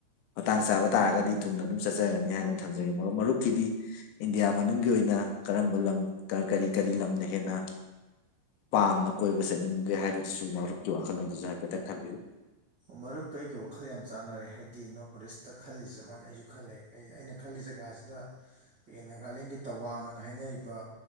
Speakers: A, on the left; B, on the right.
A: ꯃꯇꯥꯡ ꯆꯥꯕ ꯇꯥꯔꯒꯗꯤ ꯊꯨꯡꯅ ꯑꯗꯨꯝ ꯆꯠꯆꯒꯅꯤ ꯍꯥꯏꯅ ꯊꯝꯖꯒꯦ ꯃꯔꯨꯞ ꯃꯔꯨꯞꯀꯤꯗꯤ ꯏꯟꯗꯤꯌꯥ ꯃꯅꯨꯡꯒꯤ ꯑꯣꯏꯅ ꯀꯔꯝꯕ ꯂꯝ ꯀꯔꯤ ꯀꯔꯤ ꯂꯝꯅ ꯍꯦꯟꯅ ꯄꯥꯝꯅ ꯀꯣꯏꯕ ꯆꯠꯅꯤꯡꯝꯒꯦ ꯍꯥꯏꯕꯗꯨꯁꯨ ꯃꯔꯨꯞꯀꯤ ꯋꯥꯈꯜꯂꯣꯟꯗꯨꯁꯨ ꯍꯥꯏꯐꯦꯠꯇꯪ ꯊꯝꯕꯤꯌꯨ
B: ꯃꯔꯨꯞ ꯀꯥ ꯑꯩꯒ ꯋꯥ ꯈꯜ ꯌꯥꯝ ꯆꯥꯟꯅꯔꯦ ꯍꯥꯏꯗꯤ ꯅꯣꯔꯠ ꯏꯁꯇ ꯈꯜꯂꯤꯁꯦ ꯃꯥꯥꯏꯅ ꯑꯩꯁꯨ ꯈꯜꯂꯦ ꯑꯩꯅ ꯈꯜꯂꯤ ꯖꯒꯥꯁꯤꯅ ꯑꯩꯈꯣꯏꯒꯤ ꯅꯥꯒꯥꯂꯦꯟꯒꯤ ꯇꯋꯥꯡ ꯑꯅ ꯍꯥꯏꯅꯔꯤꯕ